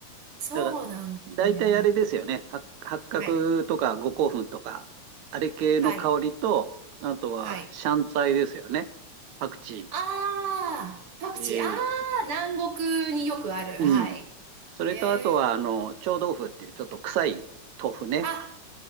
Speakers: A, on the right; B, on the right.
A: そうなんですね。
B: だから、大体あれですよね。は八角とか五香粉とか、
A: はい、
B: あれ系の香りと、
A: はい、
B: あとはシャンツァ菜ですよね。
A: はい。
B: パクチー。
A: ああ、パクチー、
B: ええ。
A: ああ、南国によくある。
B: うん。
A: はい。
B: それとあとは、
A: へえ
B: あの、臭豆腐っていうちょっと臭い豆腐ね。
A: ー、あ